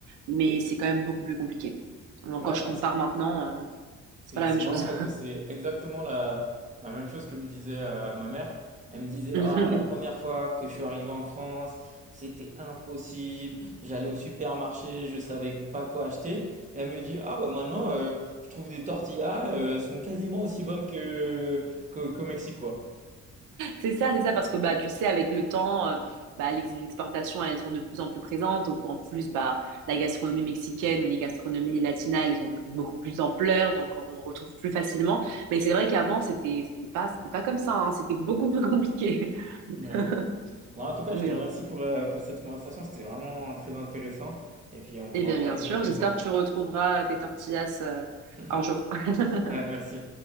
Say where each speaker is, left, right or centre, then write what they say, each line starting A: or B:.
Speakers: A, on the right; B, on the right.
A: mais c'est quand même beaucoup plus compliqué. Donc,
B: Ouais,
A: quand je compare maintenant, euh,
B: C'est
A: c'est pas la
B: c'est
A: même chose.
B: marrant parce que c'est exactement la, la même chose que me disait euh, ma mère. Elle me disait,
A: <laughs>
B: Ah, la première fois que je suis arrivé en France, c'était impossible. J'allais au supermarché, je savais pas quoi acheter. Et elle me dit, ah bah maintenant, euh, je trouve des tortillas, euh, elles sont quasiment aussi bonnes que, que- qu'au Mexique, quoi.
A: C'est ça, c'est ça, parce que bah tu sais, avec le temps, euh, bah, les les exportations, elles sont de plus en plus présentes. En plus, bah la gastronomie mexicaine ou les gastronomies latinas, elles ont pris beaucoup plus d'ampleur, donc on retrouve plus facilement. Mais c'est vrai qu'avant, c'était c'était pas c'était pas comme ça, hein, c'était beaucoup plus compliqué. <laughs>
B: Ouais. Bon, en tout cas,
A: Mais
B: je te remercie
A: bon.
B: pour, euh, pour cette conversation. C'était vraiment très intéressant. Et puis, on pourra
A: Eh bien,
B: en parler
A: bien sûr,
B: une prochaine
A: j'espère
B: fois.
A: que tu retrouveras tes tortillas euh,
B: <laughs>
A: un jour. <laughs>
B: Ouais, merci.